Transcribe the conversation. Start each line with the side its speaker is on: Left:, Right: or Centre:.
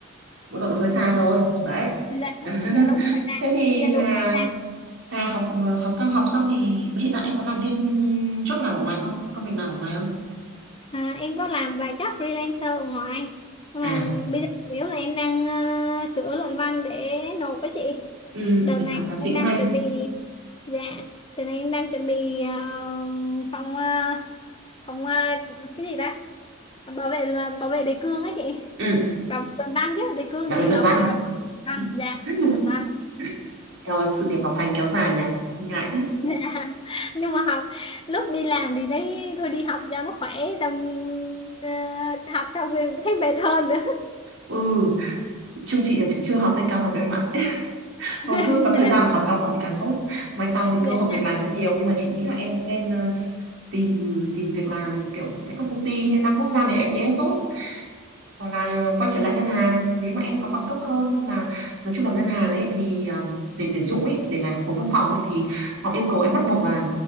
Right: mỗi tội nó hơi xa thôi đấy
Left: dạ
Right: <laughs>
Left: dạ đúng rồi dạ
Right: thế thì
Left: dạ
Right: Hà
Left: đúng rồi dạ.
Right: Hà học học cao học xong thì hiện tại em có làm thêm job nào ở ngoài không công việc nào ở ngoài không
Left: À, em có làm vài job freelancer ở ngoài nhưng
Right: à
Left: mà bây giờ nếu là em đang ờ, sửa luận văn để nộp với chị
Right: ừ
Left: đợt
Right: em
Left: này
Right: đi học thạc sĩ
Left: em
Right: cũng
Left: đang
Right: hay
Left: chuẩn bị dạ đợt này em đang chuẩn bị ờ, phòng ờ, phòng ờ, cái gì ta bảo vệ là bảo vệ đề cương ấy chị
Right: ừ
Left: bảo vệ luận văn chứ đề cương
Right: bạn
Left: thì
Right: bị luận
Left: bảo
Right: văn
Left: vệ rồi luận văn dạ
Right: <laughs>
Left: luận văn
Right: Em ơi, sự nghiệp học hành kéo dài nhỉ ngại thế
Left: <laughs> dạ nhưng mà học lúc đi làm thì thấy thôi đi học cho nó khỏe xong ờ, học xong rồi thấy mệt hơn <laughs>
Right: ừ chung chị là cũng chưa học lên cao học đâu em ạ <laughs>
Left: <laughs>
Right: thôi cứ có thời
Left: dạ
Right: gian mà học cao học thì càng tốt mai sau thì
Left: dạ
Right: cơ hội việc làm cũng nhiều nhưng mà chị nghĩ là em cũng nên tìm tìm việc làm kiểu tại các công ty như đa quốc gia nếu em tiếng Anh tốt hoặc là quay trở lại ngân hàng nếu mà em có bằng cấp hơn nhưng mà nói chung là ngân hàng ấy thì à, về tuyển dụng ấy để làm khối văn phòng ấy thì họ yêu cầu em bắt buộc là